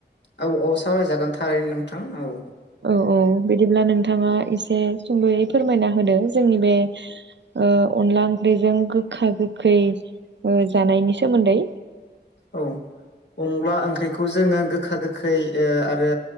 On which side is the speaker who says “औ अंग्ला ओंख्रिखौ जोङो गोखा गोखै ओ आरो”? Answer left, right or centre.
Left